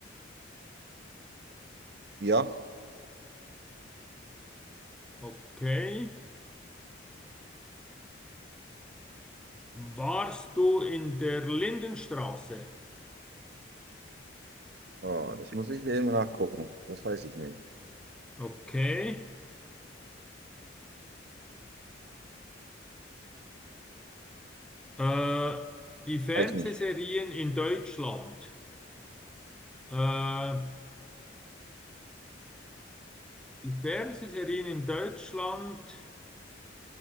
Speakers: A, on the right; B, in the centre.
A: Ja.
B: Okay. Warst du in der Lindenstraße?
A: Oh, das muss ich eben nachgucken. Das weiß ich nicht.
B: Okay. Äh, die Fernsehserien
A: Weiß ich nicht.
B: in Deutschland. Äh, die Fernsehserien in Deutschland